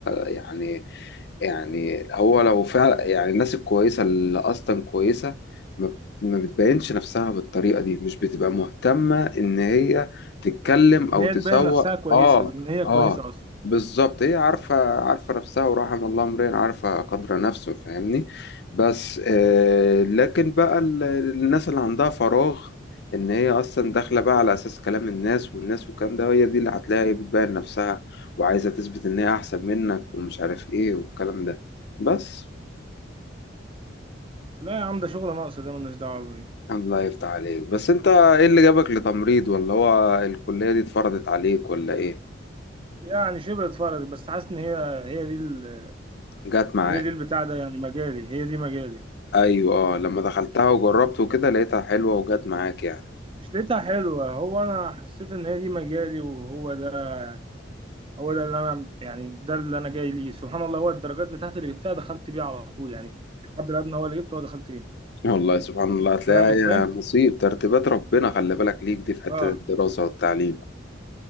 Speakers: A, on the left; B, on the right.
A: يعني يعني هو لو فعلا يعني الناس الكويسة اللي أصلا كويسة ما ما بتبينش نفسها بالطريقة دي مش بتبقى مهتمة إن هي تتكلم
B: إن
A: أو
B: هي
A: تسوق
B: تبين نفسها كويسة
A: آه
B: لأن هي كويسة
A: آه
B: أصلا
A: بالظبط هي عارفة عارفة نفسها ورحم الله امرئ عارفة قدر نفسه فاهمني بس آه لكن بقى ال- الناس اللي عندها فراغ إن هي أصلا داخلة بقى على أساس كلام الناس والناس والكلام ده هي دي اللي هتلاقي بتبين نفسها وعايزة تثبت إن هي أحسن منك ومش عارف إيه والكلام ده بس
B: لا يا عم ده شغل ناقص ده ملناش دعوة بيه
A: الله يفتح عليك بس أنت إيه اللي جابك لتمريض ولا هو الكلية دي اتفرضت عليك ولا إيه؟
B: يعني شبه اتفرجت بس حاسس ان هي هي دي ال...
A: جات معاك
B: هي دي البتاع ده يعني مجالي هي دي مجالي
A: أيوة آه لما دخلتها وجربت وكده لقيتها حلوة وجات معاك يعني
B: مش لقيتها حلوة هو انا حسيت ان هي دي مجالي وهو ده هو ده اللي انا يعني ده اللي انا جاي ليه سبحان الله هو الدرجات بتاعتي اللي جبتها دخلت بيها على طول يعني الحد الادنى هو اللي جبته هو دخلت بيه
A: والله سبحان الله هتلاقيها
B: فاهم ازاي
A: هي نصيب ترتيبات ربنا خلي بالك ليك دي في حتة
B: اه
A: الدراسة والتعليم